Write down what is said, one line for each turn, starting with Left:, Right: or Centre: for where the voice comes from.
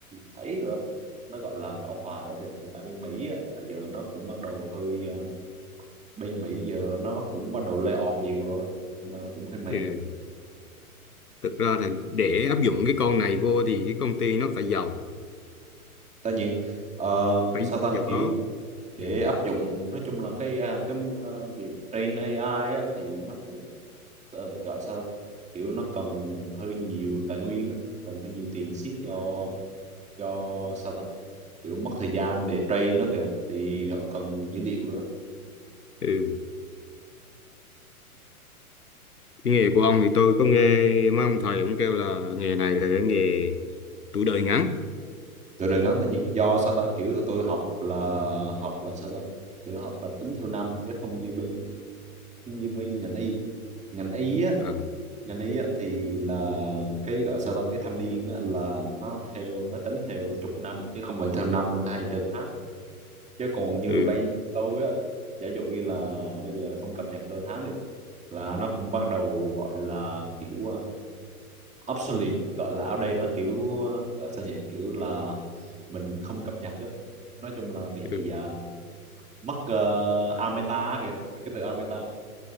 Right: ấy rồi á. nó gọi là bão hòa đó kìa hiện tại bên Mỹ á, là giờ nó cũng bắt đầu hơi ờ, bên Mỹ giờ nó cũng bắt đầu lay off nhiều rồi á. nó cũng hơi mệt
Left: ừ. thực ra là để áp dụng cái con này vô thì cái công ty nó phải giàu
Right: tất nhiên ờ,
Left: phải
Right: sao ta
Left: giàu
Right: kiểu
Left: có
Right: để
Left: ừ.
Right: áp dụng nói chung là cái à, cái ờ, việc train AI á, thì nó cũng ờ, gọi sao ta kiểu nó cần hơi nhiều tài nguyên á, cần hơi nhiều tiền xí cho cho sao ta kiểu mất thời gian để train nó kìa thì họ cần dữ liệu đó
Left: Ừ. cái nghề của ông thì tôi có nghe mấy ông thầy cũng kêu là nghề này là cái nghề tuổi đời ngắn
Right: từ đời ngắn tất nhiên do sao ta kiểu tụi tôi học là học là sao ta kiểu học là tính theo năm chứ không như bên như bên ngành y ngành y á
Left: à,
Right: ngành y á thì là cái gọi sao ta cái thâm niên á là nó theo nó tính theo chục năm chứ không phải theo năm hay theo tháng chứ còn như
Left: ừ.
Right: bên tôi á giả dụ như là bây giờ không cập nhật cơ tháng đi là nó cũng bắt đầu gọi là kiểu à, obsolete gọi là outdated đó kiểu ờ, gọi sao nhỉ kiểu là mình không cập nhật đó. nói chung là bị
Left: Ừ.
Right: ờ, mất uh, ameta kìa không biết cái từ ameta